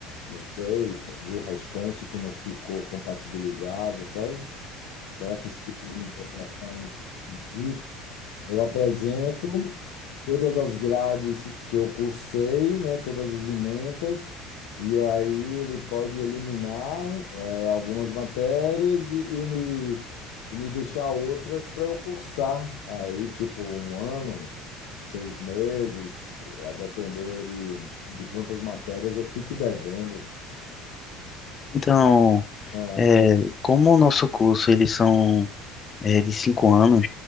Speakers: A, on the left; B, on the left.
A: não sei, do restante que não ficou compatibilizado, sabe? Será que esse tipo de negociação existe? Eu apresento todas as grades que eu cursei, né, todas as ementas, e aí ele pode eliminar, eh, algumas matérias e, e me, e me deixar outras para eu cursar. Aí, tipo, um ano, seis meses, a depender de, de quantas matérias eu fique devendo.
B: Então,
A: Ah,
B: É, como o nosso curso, eles são é, de cinco anos